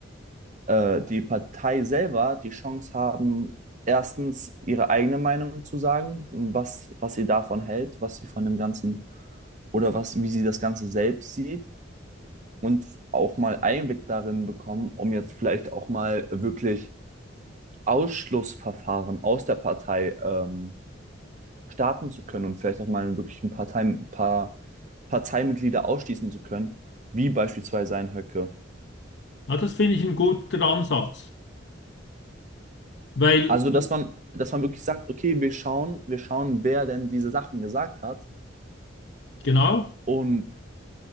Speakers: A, on the right; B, on the left.
A: äh, die Partei selber die Chance haben, erstens ihre eigene Meinung zu sagen, was, was sie davon hält, was sie von dem Ganzen oder was, wie sie das Ganze selbst sieht und auch mal Einblick darin bekommen, um jetzt vielleicht auch mal wirklich Ausschlussverfahren aus der Partei ähm, starten zu können und vielleicht auch mal wirklich ein paar, Partei, paar Parteimitglieder ausschließen zu können, wie beispielsweise ein Höcke.
B: Ja, das finde ich ein guter Ansatz. Weil,
A: Also, dass man, dass man wirklich sagt, okay, wir schauen, wir schauen, wer denn diese Sachen gesagt hat
B: genau,
A: und,